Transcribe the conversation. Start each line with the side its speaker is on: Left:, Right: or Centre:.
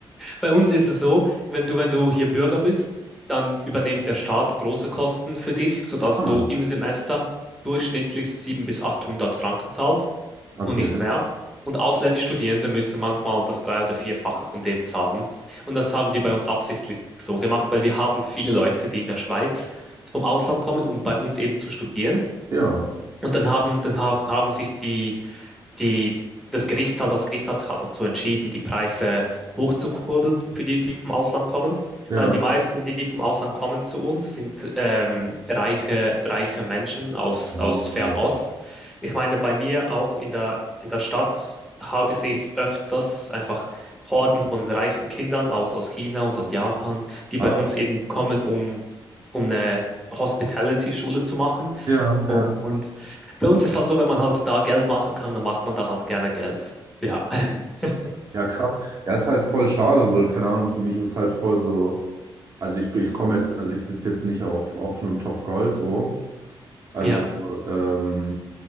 Centre: bei uns ist es so, wenn du, wenn du hier Bürger bist, dann übernimmt der Staat große Kosten für dich, sodass
Right: Ah,
Centre: du im Semester durchschnittlich 700 bis 800 Franken zahlst.
Right: okay.
Centre: und nicht mehr. Und ausländische Studierende müssen manchmal das Drei- oder Vierfache von dem zahlen. Und das haben die bei uns absichtlich so gemacht, weil wir haben viele Leute, die in der Schweiz vom Ausland kommen, um bei uns eben zu studieren.
Right: Ja,
Centre: Und dann haben, dann haben, haben sich die die, das Gericht halt, das Gericht hat sich halt dazu entschieden, die Preise hochzukurbeln für die, die vom Ausland kommen,
Right: ja.
Centre: weil die meisten, die, die vom Ausland kommen zu uns, sind ähm, reiche, reiche Menschen aus,
Right: Oh,
Centre: aus Fernost. Ich meine, bei mir auch in der, in der Stadt ha- sehe ich öfters einfach Horden von reichen Kindern aus, aus China und aus Japan, die
Right: krass.
Centre: bei uns eben kommen, um, um eine Hospitality-Schule zu machen.
Right: Ja,
Centre: Und
Right: ja.
Centre: bei uns ist halt so, wenn man halt da Geld machen kann, dann macht man da halt gerne Geld. Ja, <laughs>
Right: Ja, krass. Ja, ist halt voll schade, weil, keine Ahnung, für mich ist halt voll so. Also ich, bin- ich komme jetzt, also ich sitze jetzt nicht auf, auf einem Topf Gold so, Also,
Centre: ja,
Right: ähm,